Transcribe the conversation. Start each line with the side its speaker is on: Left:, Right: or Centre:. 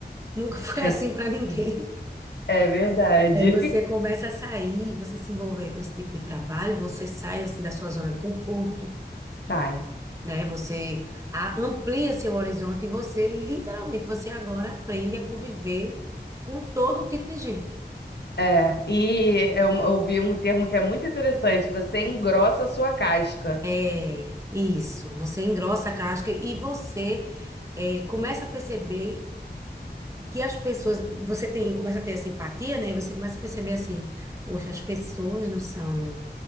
Right: Nunca <laughs> foi
Left: é
Right: assim para ninguém.
Left: é verdade.
Right: Aí você começa a sair, você se envolver com esse tipo de trabalho, você sai assim da sua zona de conforto.
Left: <laughs> Tá,
Right: né? Você a- amplia seu horizonte e você literalmente você agora aprende a conviver com todo tipo de gente.
Left: É, e eu, eu vi um termo que é muito interessante, você engrossa a sua casca.
Right: É isso, você engrossa a casca e você é, começa a perceber que as pessoas, você tem, começa a ter essa empatia, né? E você começa a perceber assim, poxa, as pessoas não são